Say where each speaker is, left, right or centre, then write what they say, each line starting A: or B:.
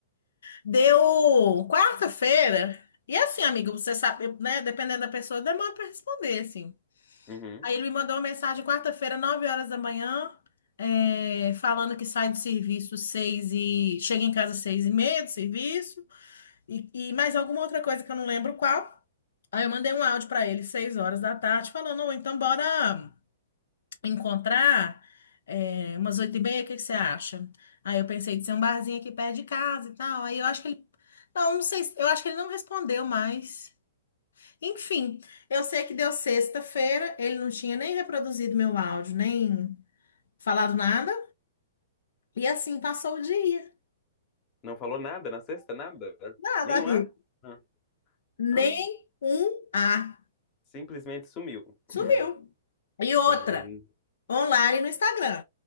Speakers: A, on the left; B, on the left.
A: Deu quarta-feira. E assim, amigo, você sabe, eu, né, dependendo da pessoa, demora para responder, assim.
B: uhum.
A: Aí ele me mandou uma mensagem quarta-feira, 9 horas da manhã, é, falando que sai do serviço seis e chega em casa seis e meia do serviço e, e mais alguma outra coisa que eu não lembro qual. Aí eu mandei um áudio para ele seis horas da tarde, falando, "Ô, então bora encontrar é, umas oito e meia, o que que você acha? Aí eu pensei de ser um barzinho aqui perto de casa e tal. Aí eu acho que ele, não, não sei, se- eu acho que ele não respondeu mais. Enfim, eu sei que deu sexta-feira, ele não tinha nem reproduzido meu áudio, nem falado nada. E assim passou o dia.
B: Não falou nada na sexta? Nada?
A: Nada,
B: Nenhum
A: amigo.
B: A? Ah. Ah.
A: Nem um A.
B: Simplesmente sumiu.
A: Sumiu.
B: Hum.
A: E outra,
B: Gente.
A: online no Instagram.